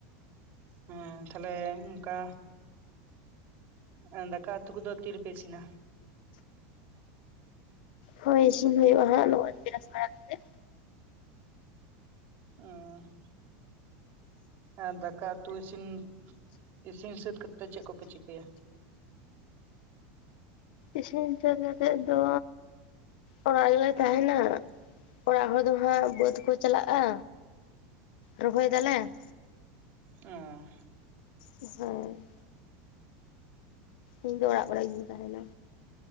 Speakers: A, on the right; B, on the left.
A: ᱦᱮᱸ ᱛᱟᱦᱞᱮ ᱚᱱᱠᱟ᱾ ᱮᱸ ᱫᱟᱠᱟ ᱩᱛᱩ ᱠᱚᱫᱚ ᱛᱤᱨᱮᱯᱮ ᱤᱥᱤᱱᱟ᱾
B: ᱦᱳᱭ ᱤᱥᱤᱱ ᱦᱩᱭᱩᱜ-ᱟ ᱦᱟᱸᱜ ᱱᱚ-ᱚᱭ ᱵᱮᱨᱟᱥ ᱵᱟᱲᱟ ᱠᱟᱛᱮᱜ᱾
A: ᱩᱸ᱾ ᱮᱸ ᱫᱟᱠᱟ ᱩᱛᱩ ᱤᱥᱤᱱ ᱤᱥᱤᱱ ᱥᱟᱹᱛ ᱠᱟᱛᱮ ᱪᱮᱜ ᱠᱚᱯᱮ ᱪᱤᱠᱟᱹᱭᱟ᱾
B: ᱤᱥᱤᱱ ᱥᱟᱹᱛ ᱠᱟᱛᱮᱫ ᱫᱚ᱾ ᱚᱲᱟᱜ ᱜᱮᱞᱮ ᱛᱟᱦᱮᱱᱟ ᱚᱲᱟᱜ ᱦᱚᱲ ᱫᱚ ᱦᱟᱸᱜ ᱵᱟᱹᱫᱽ ᱠᱚ ᱪᱟᱞᱟᱜ-ᱟ᱾ ᱨᱚᱦᱚᱭ ᱫᱟᱞᱮ᱾
A: ᱚ
B: ᱦᱟᱹᱭ᱾ ᱤᱧ ᱫᱚ ᱚᱲᱟᱜ ᱠᱚᱨᱮ ᱜᱤᱧ ᱛᱟᱦᱮᱱᱟ᱾